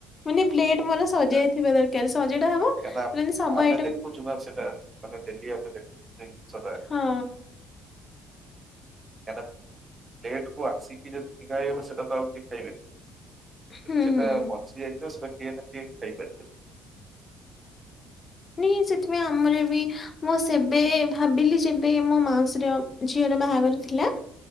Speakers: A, on the left; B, on the right.
A: ମାନେ ପ୍ଲେଟ୍ ମୋର
B: ସେଇଟା
A: ସଜା ହେଇଥିବା ଦରକାର ସଜଟା ହବ
B: କାହିଁକି ନା
A: ମାନେ ସବୁ ଆଇଟମ୍
B: <unintelligible> ମାନେ ଡେଲି ଆମେ ଦେଖୁଛୁ <unintelligible> ସଦାବେଳେ।
A: ହଁ
B: କାହିଁନା ପ୍ଲେଟକୁ ଆସିକି ଯଦି ଫିଙ୍ଗା ହେଇହବ ସେତେବେଳୁକୁ ଆଉ କେଇ ଖାଇବେନି।
A: ହୁଁ
B: ସେଟା
A: ହୁଁ।
B: ବଞ୍ଚି ଯାଇଥିବ ସେଟା କିଏ ନା କିଏ ଖାଇପାରିବେ।
A: ନି ସେଥିପାଇଁ ଆମର ବି ମୁଁ ସେବେ ଭାବିଲି ଯେବେ ମୋ ମାଉସୀର ଝିଅର ବାହାଘର ଥିଲା।